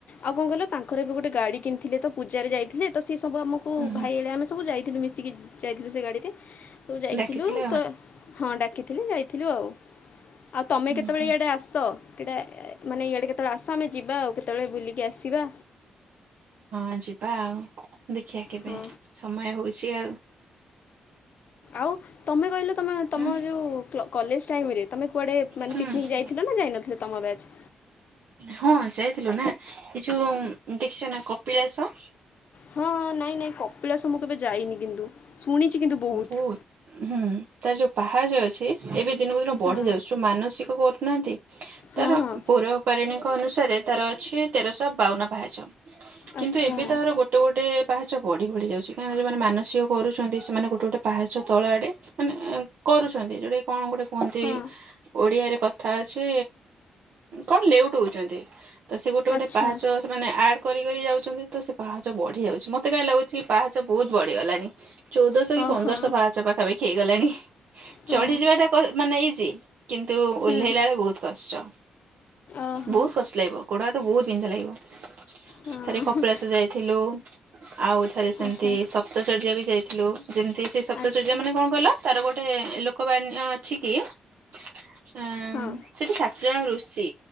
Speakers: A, on the left; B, on the right.
A: ଆଉ କଁ କହିଲ ତାଙ୍କର ଏବେ ଗୋଟେ ଗାଡ଼ି କିଣିଥିଲେତ ପୂ ପୂଜାରେ ଯାଇଥିଲେ ତସିଏ ସବୁ ଆମକୁ
B: ହୁଁ ହୁଁ
A: ଭାଇଳେ ଆମେ ସବୁ ଯାଇଥିଲୁ ମିଶିକି ଯାଇଥିଲୁ ସେଗାଡ଼ିରେ ସବୁ ଯାଇଥିଲୁ
B: ଡାକିଥିଲେ ଆଉ
A: ତ ହଁ ଡାକିଥିଲି ଯାଇଥିଲୁ ଆଉ ଆଉ ତମେ
B: ହୁଁ
A: କେତେବେଳେ
B: ହୁଁ
A: ଇଆଡ଼େ ଆସ ଏଟା ମାନେ ଇଆଡ଼େ କେତେବେଳେ ଆସ ଆମେ ଯିବା ଆଉ କେତେବେଳେ ବୁଲିକି ଆସିବା
B: ହଁ ଯିବା ଆଉ ଦେଖିଆ କେବେ
A: ହଁ
B: ସମୟ ହଉଚି ଆଉ।
A: ଆଉ ତମେ କହିଲ ତମେ ତମ
B: ହୁଁ।
A: ଯୋଉ କ କଲେଜ୍ ଟାଇମରେ ତମେ କୁଆଡ଼େ ମାନେ
B: ହୁଁ
A: ପିକନିକ୍ ଯାଇଥିଲନା ଯାଇନଥିଲେ ତମ ବ୍ୟାଚ୍?
B: ହଁ ଯାଇଥିଲୁନା ଏଇଯୋଉ ଦେଖିଚନା କପିଳାସ
A: ହଁ ହଁ ନାଇଁ ନାଇଁ କପିଳାସ ମୁଁ କେବେ ଯାଇନି କିନ୍ତୁ ଶୁଣିଚି କିନ୍ତୁ ବହୁତ୍।
B: ବହୁତ ହୁଁ ତାର ଯୋଉ ପାହାଚ ଅଛି ଏବେ ଦିନକୁ ଦିନ ବଢି
A: ହଁ
B: ଯାଉଚି ଯୋଉ ମାନସିକ କରୁନାହାନ୍ତି
A: ହଁ
B: ତାର
A: ହଁ
B: ପୈରବ ପାରେ ଅନୁସାରେ ତାର ଅଛି ତେରଶହ ବାଉନ ଭାଜ
A: ଆଚ୍ଛା
B: କିନ୍ତୁ ଏବେ ତାର ଗୋ ଗୋଟେ ଗୋଟେ ପାହାଚ ବଢିବଢି ଯାଉଚି କାଁକିନା ଯୋଉ ମାନେ ମାନସିକ କରୁଛନ୍ତି ସେମାନେ ଗୋଟେ ଗୋଟେ ପାହାଚ ତଳ ଆଡ଼େ ମାନେ କରୁଚନ୍ତି ଯୋ କଣ ଗୋଟେ କୁହନ୍ତି
A: ହଁ
B: ଓଡ଼ିଆରେ କ ଥା ଅଛି କଁ ଲେଉଟଉଚନ୍ତି ତସେ ଗୋଟେ ଗୋଟେ
A: ଆଚ୍ଛା
B: ପାହାଚ ସେମାନେ ଆଡ଼ କରିକ ଯାଉଚନ୍ତି ତସେ ପାହାଚ ବଢି ଯାଉଚି ମତେ କାହିଁ ଲାଗୁଚି ପାହାଚ ବହୁତ୍ ବଢିଗଲାଣି‌ ଚଉଦଶହକି
A: ଓହୋ
B: ପନ୍ଦରଶହ ପାହାଚ ପାଖାପାଖି ହେଇଗଲାଣି
A: ହଁ
B: ଚଢିଯିବାଟା ମାନେ ଇଜି କିନ୍ତୁ
A: ହୁଁ
B: ଓହ୍ଲେଇଲା ବେଳେ ବହୁତ୍ କଷ୍ଟ
A: ଓହୋ
B: ବହୁତ୍ କଷ୍ଟ ଲାଗିବ ଗୋଡ଼ ହାତ ବହୁତ୍ ବିନ୍ଧା ଲାଗିବ
A: ହଁ
B: ଥରେ କପିଳାସ ଯାଇଥିଲୁ ଆଉ ଥରେ ସେମିତି
A: ଆଚ୍ଛା
B: ସପ୍ତଚର୍ଯ୍ୟାବି ଯାଇଥିଲୁ ଯେମିତି ସେ ସପ୍ତଚର୍ଯ୍ୟା
A: ଆଚ୍ଛା
B: ମାନେ କଁ କହିଲ ତାର ଗୋଟେ ଲୋକ ବାନ୍ୟ ଅଛିକି ଆ
A: ହଁ
B: ସେଠି ସାତ ଜଣ ଋଷି